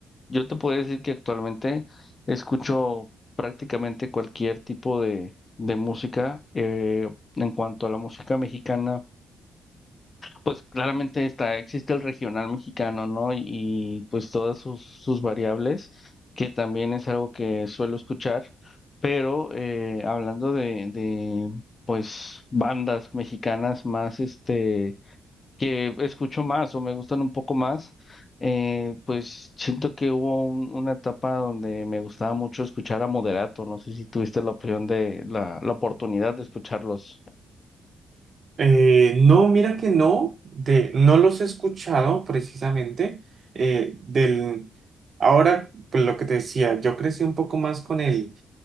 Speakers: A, on the left (about 35°); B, on the right (about 50°).
A: Yo te puedo decir que actualmente escucho prácticamente cualquier tipo de, de música. eh, en cuanto a la música mexicana, pues claramente está, existe el regional mexicano, ¿no? Y, y, pues todas sus, sus variables, que también es algo que suelo escuchar, pero eh, hablando de, de, pues bandas mexicanas más, este, que escucho más o me gustan un poco más, eh, pues siento que hubo un- una etapa donde me gustaba mucho escuchar a Moderato, no sé si tuviste la opción de, la, la oportunidad de escucharlos.
B: Eh, no, mira que no, de, no los he escuchado precisamente. eh, del, ahora, pues lo que te decía, yo crecí un poco más con el,